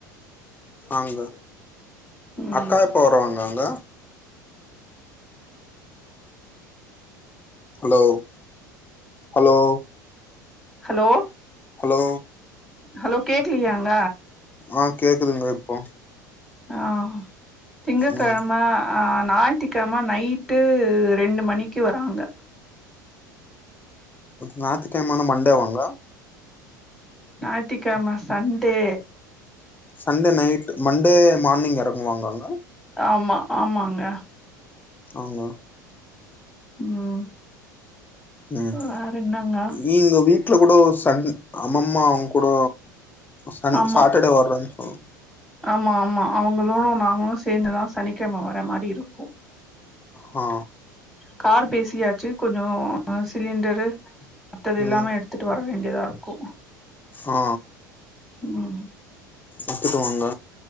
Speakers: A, on the left (about 20°); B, in the centre.
A: ஆங்க
B: ம்
A: அக்கா எப்போ வருவாங்க அங்க hello hello
B: hello
A: hello
B: hello கேக்கலையாங்க
A: ஆ கேக்குதுங்க இப்போ
B: ஆ திங்கக்கெழம
A: ம்
B: ஆ ஞாய்த்துக்கெழம நைட்டு ரெண்டு மணிக்கு வராங்க
A: ஞாய்த்துகெழமனா மண்டே வாங்க
B: ஞாயித்துகெழம Sunday
A: Sunday night Monday morning எறக்குவாங்க அங்க
B: ஆமா ஆமாங்க
A: அவுங்ளா
B: ம்
A: ம்
B: வேற என்னங்க
A: நீ உங்க வீட்ல கூட சண் அம்மம்மா அவுங்க கூட சன்
B: ஆமா
A: சாட்டர்டே வர்றன்னு சொல்
B: ஆமா ஆமா அவுங்கள நாங்களு சேந்துதா சனிக்கெழம வர்ற மாரி இருக்கு
A: ஆ
B: கார் பேசியாச்சு கொஞ்சொ சிலிண்டரு மத்தது எல்லாமே
A: ம்
B: எடுத் த்துட்டு வர வேண்டியதா இருக்கும்
A: ஆ
B: ம்
A: எடுத்துட்டுவாங்க